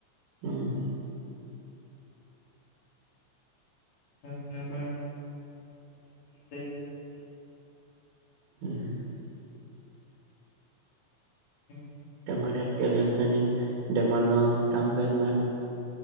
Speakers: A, on the right; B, on the left.
A: હમ્મ.
B: અમે પણ સારું જો નક્કી કરીયું છે.
A: <inaudible>
B: હમ્મ.
A: તમારે અત્યાર લગ્નની ધમાલમાં કામકાજમાં